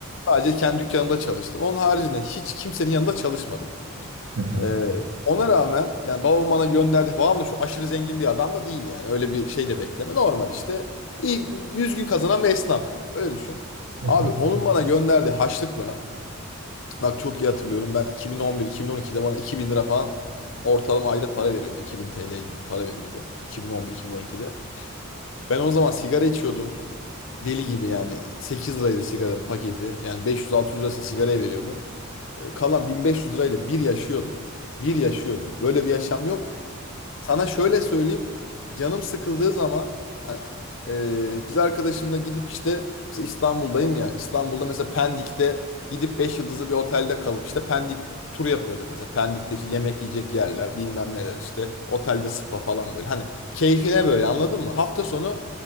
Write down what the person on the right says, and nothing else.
hı hı,
hı
hı.